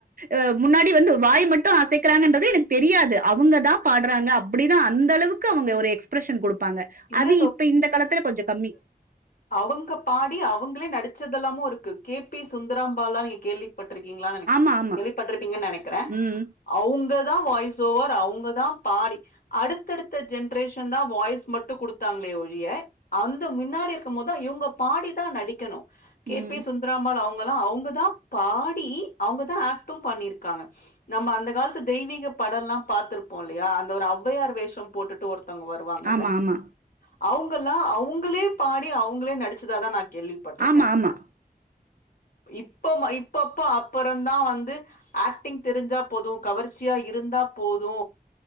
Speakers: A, on the right (about 60°); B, on the left (about 60°).
A: அ முன்னாடி வந்து வாய் மட்டு அசைக்கிறாங்கன்றது எனக்கு தெரியாது அவுங்க தா பாட்றாங்க அப்டினு அந்த அளவுக் க்கு அவுங்க ஒரு எக்ஸ்பிரஷன் குடுப்பாங்க
B: இல்ல
A: அது இப்ப இந்த காலத்துல கொஞ்ச கம்மி
B: அவுங்க பாடி அவுங்களே நடிச்சதெல்லாமு இருக்கு கே பி சுந்தராம்பாள்லா நீங்க கேள்வி பட்ருக்கிங்ளானு எனக்கு
A: ஆமா
B: <inaudible>
A: ஆமா
B: கேளிப்பட்ருப்பீங்கன் நெனைக்கிறே
A: உம்
B: அவுங்க தா வாய்ஸ் ஓவர் அவுங்கதா பாடி அடுத்தடுத் த ஜென்ரேஷன் தா வாய்ஸ் மட்டு குடுத்தாங்களே ஒழிய அந்த மின்னாடி இருக்கம் மோதுதா இவுங்க பாடிதா நடிக்கணு கே
A: உம்
B: பி சுந் ந்தராம்பாள் அவுங்கலா அவுங்க தா பாடி அவுங்க தா ஆக்ட்டு பண்ணிருக்காங்க நம்ம அந்த காலத்து தெய்வீக படல்லா பாத்திருப்போ இல்லையா அந்த ஒரு ஔவையார் வேஷம் போட்டுட்டு ஒருத்தவ்ங்க வருவாங்கல்ல
A: ஆமா ஆமா
B: அவுங்கலா அவுங்களே பாடி அவுங்களே நடிச்சதாதா நா கேள்விப்பட்ருக்கே
A: ஆமா ஆமா
B: இப்பமா இப்பப்ப அப்பறந்தா வந்து ஆக்டிங் தெரிஞ்சா போது கவர்ச்சியா இருந்தா போது